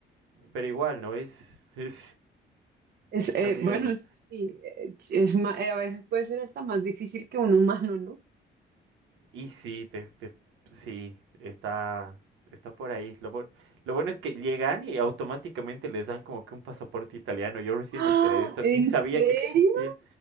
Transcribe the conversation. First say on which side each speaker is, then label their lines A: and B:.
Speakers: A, on the right; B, on the right.
A: pero igual, ¿no? Es, <laughs> es
B: Es,
A: que está
B: eh,
A: medio
B: bueno, sí, eh, es ma- eh, a veces puede ser hasta más difícil que un humano, ¿no?
A: Y sí, te, te- sí, está, está por ahí. Lo, bu- lo bueno es que llegan y automáticamente les dan como que un pasaporte italiano. Yo recién
B: ¡Ah!
A: me enteré de eso,
B: ¿En
A: ni sabía
B: serio?
A: que existía.